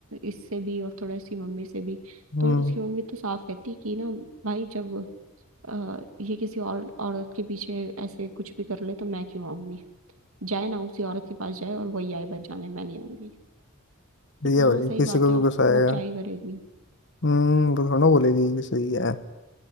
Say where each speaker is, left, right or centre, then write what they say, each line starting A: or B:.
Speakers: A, on the right; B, on the left.
A: इससे भी और थोड़ा इसकी मम्मी से भी
B: हम्म
A: तो उसकी मम्मी तो साफ कहती कि ना भाई जब अ, ये किसी और औरत के पीछे ऐसे कुछ भी कर ले तो मैं क्यों आऊंगी जाए ना उसी औरत के पास जाए और वही आए बचाने मैं नहीं आऊंगी मैंने
B: सही
A: कहा
B: है भाई
A: हाँ सही
B: किसी
A: बात
B: को
A: है
B: भी गुस्सा
A: वो
B: आएगा
A: क्या ही करेगी
B: हम्म वो थोड़ा बोलेगी कि सही है